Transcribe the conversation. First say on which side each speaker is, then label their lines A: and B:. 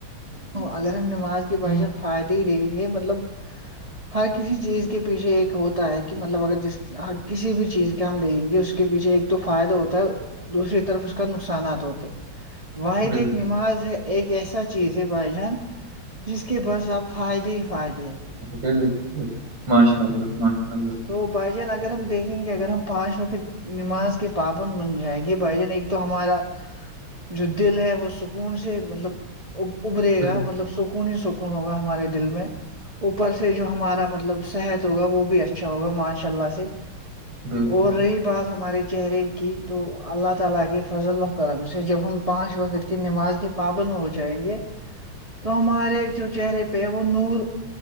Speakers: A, on the right (about 15°); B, on the right (about 60°).
A: اگر ہم نماز کے باشن فائدے ہی دیں گے مطلب ہر کسی چیز کے پیچھے ایک ہوتا ہے کہ مطلب اگر جس کسی بھی چیز کے ہم دیں گے اس کے پیچھے ایک تو فائدہ ہوتا ہے دوسری طرف اس کا نقصانات ہوتے واحد
B: بالکل
A: ایک نماز ہے ایک ایسا چیز ہے بھائی جان جس کے بعس آپ فائدے ہی فائدے ہیں
B: بال ماشاء اللہ ماشاء اللہ
A: تو بائی جان اگر ہم دیکھیں گے اگر ہم پانچ وقت نماز کے پابند بن جائے گی بھائی جان ایک تو ہمارا جو دل ہے وہ سکون سے مطلب ابرے
B: بالکل
A: گا مطلب سکون ہی سکون ہوگا ہمارے دل میں اوپر سے جو ہمارا مطلب صحت ہوگا وہ بھی اچھا ہوگا ماشاء اللہ سے
B: بالکل
A: اور رہی بات ہمارے چہرے کی تو اللہ تعالیکے فضل وکرم سے جب ہم پانچ وقت کی نماز کے پابن ہو جائیں گے تو ہمارے جو چہرے پہ وہ نور